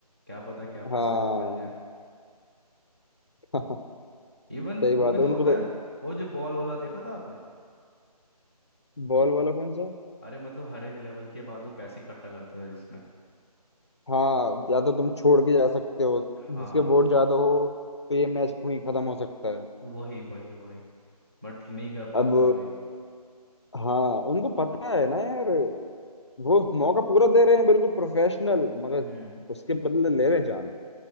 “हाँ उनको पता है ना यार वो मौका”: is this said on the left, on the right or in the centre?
Left